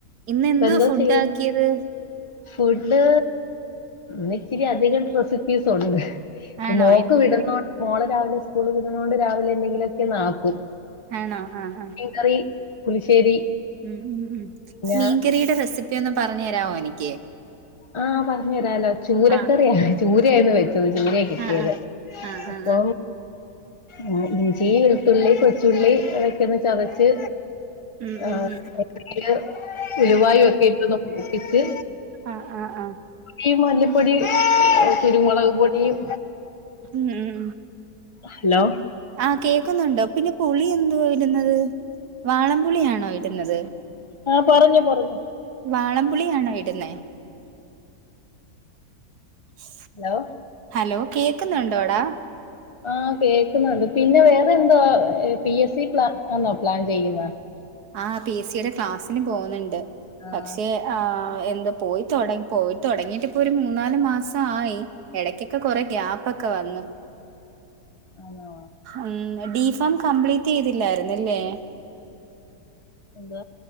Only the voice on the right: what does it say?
ഇന്നെന്തുവാ
ഫുഡ്
ആക്കിയത്?
ആണോ
എന്തൊക്കെയാ
ആണോ? ആ ആ
മ് ഉ
മീൻകറിയുടെ റെസിപ്പി ഒന്ന് പറഞ്ഞു തരാവോ എനിക്ക്?
ആഹ്
ആഹ് ആഹ് ആഹ്
ആഹ് ആഹ്
ഉം
ഉം ഉം
ആഹ് ആഹ് ആഹ്
ഉം ഉം
ആഹ കേക്കുന്നുണ്ടോ പിന്നെ പുളി എന്തുവാ ഇടുന്നത് വാളം പുളിയാണോ ഇടുന്നത്
വാളംപുളിയാണോ ഇടുന്ന? <inaudible>
ഹലോ കേൾക്കുന്നുണ്ടോടാ
ആ പി എസ് സിയുടെ ക്ലാസ്സിന് പോകുന്നുണ്ട്
പക്ഷെ ആ എന്ത് പോയി പോയിത്തൊടങ്ങിട്ട് ഇപ്പോൊ ഒരു മൂന്നാല് മാസയി. എടക്കൊക്കെ കൊറെ ഗ്യാപ്പ് ക്കെ വന്ന്.
ഉം ഡി ഫോാം കംപ്ലീറ്റ് ചെയ്തില്ലായിരുന്നല്ലേ